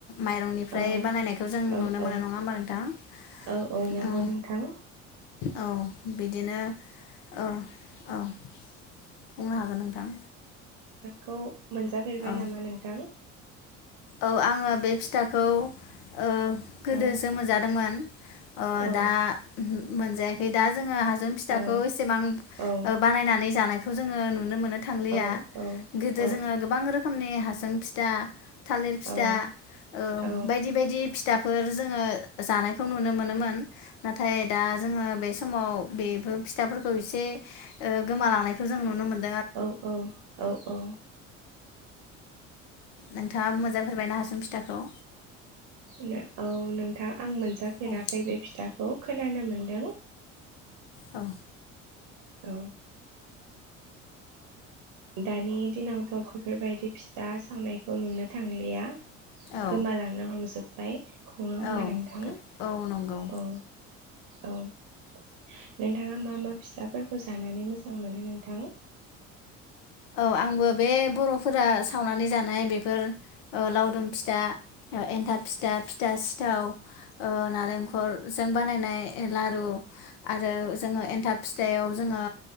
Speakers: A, on the left (about 65°); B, on the right (about 55°).
A: माइरंनिफ्राय
B: औ
A: बानायनायखौ जों नुनो
B: औ औ
A: मोननाय नङा होमबा नोंथां
B: औ नंगौ
A: औ।
B: नोंथां
A: औ बिदिनो औ औ बुंनो हागोन नोंथां।
B: खौ मोनजाफेरबाय
A: औ
B: नामा नोंथां?
A: औ आङो बे फिथाखौ ओ गोदोसो
B: औ
A: मोनजादोंमोन ओ
B: औ
A: दा मोनजायाखै दा जोङो हास फिथाखौ
B: औ
A: एसेबां
B: औ
A: ओ बानायनानै जानाय। खौ जोङो नुनो मोनो। थांलिया
B: औ औ
A: गोदो
B: औ
A: जोंङो गोबां रोखोमनि हास उम फिथा थालिर फिथा
B: औ
A: ओ
B: औ
A: बायदि बायदि फिथाफोर जोङो जानायखौ नुनो मोनोमोन नाथाय दा जोङो बे समाव बेफोर फिथाफोरखौ एसे ओ गोमालांनायखौ जों नुनो मोनो।
B: औ औ औ औ
A: नोंथाङाबो मोनजा फेरबायना हासुं फिथाखौ?
B: नो औ नोंथां। आं मोनजाफेराखै
A: औ
B: बे फिथा। औ खोनानो मोनदों।
A: अ
B: औ दानि दिनावथ' बेफोरबायदि फिथा सावनायखौ नुनो थांलिया।
A: औ
B: गोमालांनो हमजोब बाय नङा होमबा
A: औ
B: नोंथां
A: औ नंगौ।
B: औ औ नोंथाङा मा मा फिथाफोरखौ जानानै मोजां मोनो नोंथां?
A: औ आंबो बे बर'फोरा सावनानै जानाय बेफोर ओ लावदुम फिथा ओ एन्थाब फिथा फिथास दाउ ओ नारेंखलजों बानायनाय एलाद ओ आरो जोङो एन्थाब फिथायाव जोङो